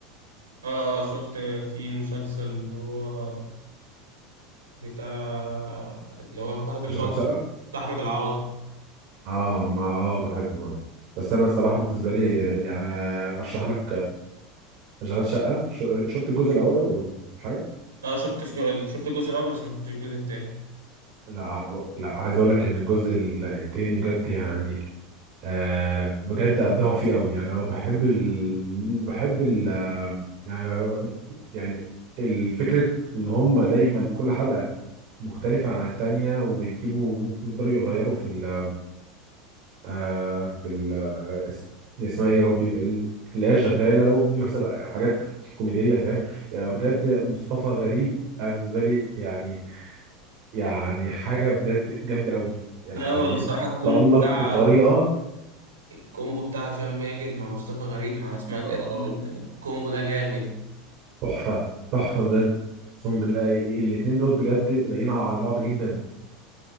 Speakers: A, on the right; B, on the right.
A: اه آه، شفت في مسلسل اللي هو بتاع اللي هو فهد البطل
B: شغال شقة
A: بتاع احمد العوضي
B: اه ما اه بحب برضه بس انا الصراحة بالنسبة لي يعني اشرح لك شغال شقة ش- شفت الجزء الاول ولا حاجة
A: لا شفت شو- شفت الجزء الاول بس ما شفتش الجزء التاني
B: لا لا عايز اقول لك ان الجزء ال- التاني بجد يعني آه بجد ابدعوا فيه قوي يعني هو بحب ال... بحب ال... آه يعني الفكرة ان هم دايما كل حلقة مختلفة عن التانية ويجيبوا ويفضلوا يغيروا في ال آه في ال آه اس- يعني اسمها ايه يا ربي ال- اللي هي شغالة وبيحصل حاجات كوميدية فاهم يعني بجد مصطفى غريب أنا بالنسبة لي يعني يعني حاجة بجد جامدة قوي يعني
A: لا هو الصراحه الكومبو
B: تألق
A: بتاع
B: بطريقة
A: الكومبو بتاع هشام ماجد مع مصطفى غريب مع اسماء
B: آه،
A: جلال الكومبو ده جامد
B: تحفة تحفة بجد أقسم بالله الاتنين دول بجد لايقين على بعض جدا